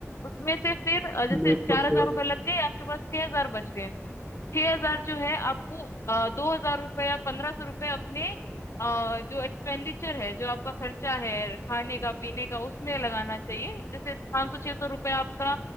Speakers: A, on the left; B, in the centre.
A: उसमें से फिर अ, जैसे
B: बिल्कुल
A: चार
B: सही
A: हजार
B: बात
A: रुपये लग गए आपके पास छह हजार बच गए छह हजार जो है आपको दो हजार रुपए या पंद्रह सौ रुपए अपने अ, जो एक्सपेंडिचर है जो आपका खर्चा है खाने का पीने का उसमें लगाना चाहिए जैसे पाँच सौ छह सौ रुपये आपका